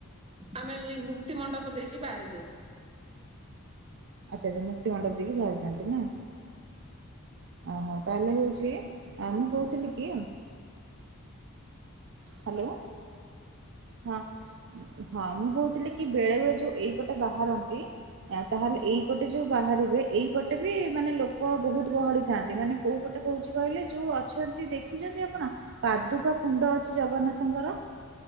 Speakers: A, on the right; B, on the right.
A: ଆମେ ଏଇ ମୁକ୍ତି ମଣ୍ଡପ ଦେଇକି ବାହାରି ଯାଉ।
B: ଆଚ୍ଛା ଆଚ୍ଛା ମୁକ୍ତିମଣ୍ଡପ ଦେଇକି ବାହାରି ଯାଆନ୍ତି ନା। ଓହୋ ତାହେଲେ ହେଉଚି ମୁଁ କହୁଥିଲି କି ହାଲୋ। ହଁ ହଁ ମୁଁ। କହୁଥିଲି କି ବେଳେ ବେଳେ ଯୋଉ ଏଇପଟେ ବାହାରନ୍ତି ତାହେଲେ ଏଇପଟେ ଯୋଉ ବାହାରିବେ। ଏଇପଟେ ବି ମାନେ ଲୋକ। ଲୋକ ବହୁତ ଗହଳିଥାନ୍ତି ମାନେ କୋଉ ପଟେ କହୁଛି କହିଲେ ଯୋଉ ଅଛନ୍ତି ଦେଖୀ ଦେଖିଛନ୍ତି ଆପଣ ପାଦୁକା କୁଣ୍ଡ ଅଛି ଜଗନ୍ନାଥଙ୍କର?